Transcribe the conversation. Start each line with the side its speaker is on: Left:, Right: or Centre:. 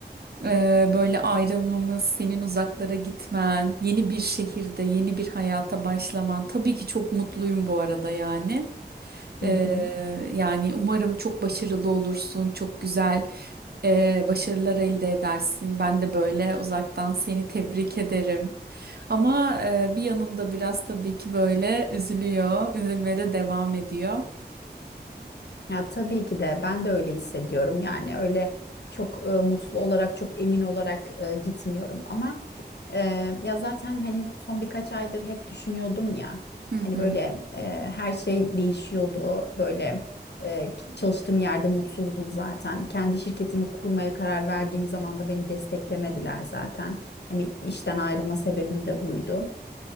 Right: Ee, böyle ayrılmamız, senin uzaklara gitmen, yeni bir şehirde, yeni bir hayata başlaman. Tabii ki çok mutluyum bu arada yani. Ee,
Left: Hı hı,
Right: yani umarım çok başarılı olursun, çok güzel e, başarılar elde edersin. Ben de böyle uzaktan seni tebrik ederim. Ama e, bir yanımda biraz tabii ki böyle üzülüyor, üzülmeye de devam ediyor.
Left: Ya tabii ki de ben de öyle hissediyorum. Yani öyle çok e, mutlu olarak, çok emin olarak e, gitmiyorum ama e, ya zaten hani son birkaç aydır hep düşünüyordum ya.
Right: Hı
Left: Hani
Right: hı.
Left: böyle e, her şey değişiyordu. Böyle e, çalıştığım yerde mutsuzdum zaten. Kendi şirketimi kurmaya karar verdiğim zaman da beni desteklemediler zaten. Hani işten ayrılma sebebim de buydu.